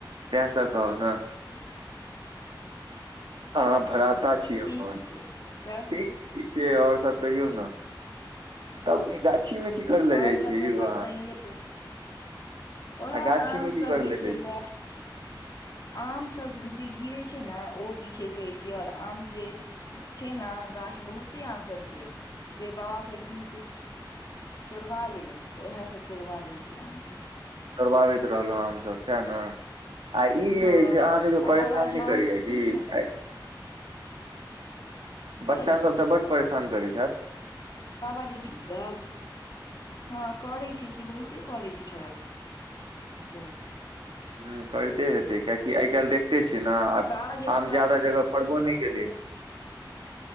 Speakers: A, on the right (about 85°); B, on the left (about 50°).
A: तहसँ कहउ न। अहाँ भरााता छी
B: ठीक
A: हमर। ठीक
B: छै सब सही
A: कि छै आओर। कहियऔ ने। तब ई। मे की करे ले
B: आओर
A: जाइ
B: सब
A: छियै
B: तऽ
A: यौ
B: सब
A: अहाँ
B: सहिे छै उएह
A: आ गाछी
B: आम
A: मे की
B: सब
A: करे
B: बिछे
A: जाइ छियै
B: ले आम सब। जे गिरै छै ने ओ बिछैत रहै छ आओर आम जे छै ने गाछमे बहुते आमसभ छै से बा कहै छथिन से। तोड़बा ल लेलथि तऽ उएहसभ तोड़बा लैत छीयै आमसभ।
A: करबाबैत रहलहुँ हमसभ सएह ने। आ ई
B: हँ
A: जे से अहाँ सबके
B: आ
A: परेशानी
B: बाबाजी आम
A: करैय
B: सुनू
A: कि।
B: ने
A: बच्चासभ
B: अरे
A: ते बड्ड परेशान करैत छथि।
B: बाबाजीसभ हँ करैत छै कि बहुते करैत छै छौड़ सभ।।
A: ह करिते हेतै कियकि आइ काल्हि देखिते छियै ने आब
B: बाबा जे मतलब
A: आम ज्यादा जगह फड़बो नहि केलै।